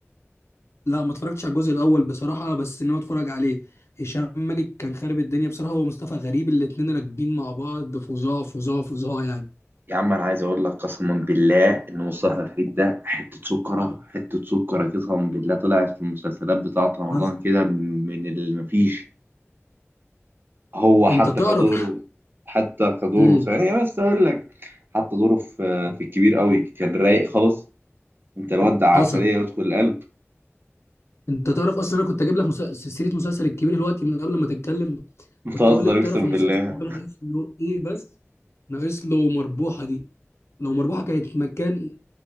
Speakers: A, on the left; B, on the right.
A: لا ما اتفرجتش على الجزء الأول بصراحة بس إن هو اتفرج عليه هشام ماجد كان خارب الدنيا بصراحة هو مصطفى غريب الاتنين راكبين مع بعض فظاع فظاع فظاع يعني
B: يا عم انا عايز اقول لك قسما بالله ان مصطفى غريب ده حته سكره حته سكره قسما بالله طلعت في المسلسلات بتاعه رمضان
A: حصل
B: كده من اللي مفيش هو حتى
A: أنت تعرف
B: كدوره حتى كدوره
A: امم
B: ثانيه بس اقول لك حتى دوره في في الكبير قوي كان رايق خالص انت الواد ده عسليه
A: حصل
B: يدخل القلب
A: انت تعرف اصلا انا كنت اجيب لك مسل... سيره مسلسل الكبير دلوقتي من قبل ما تتكلم
B: بتهزر
A: كنت اقول لك
B: اقسم
A: تعرف المسلسل
B: بالله
A: ده ناقص له ايه بس ناقص له مربوحه دي لو مربوحه كانت مكان